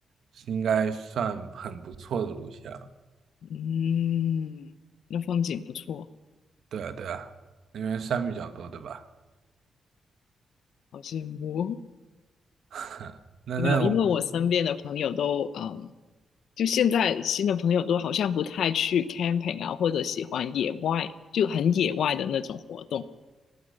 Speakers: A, on the right (about 65°); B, on the left (about 80°).
A: 是应该算很不错的路线了。
B: 嗯，那风景不错，
A: 对啊，对啊，那边山比较多，对吧？
B: 好羡慕哦。<laughs>
A: <laughs> 那那我
B: 没有，因为我身边的朋友都嗯就现在新的朋友都好像不太去 camping 啊，或者喜欢野外，就很野外的那种活动。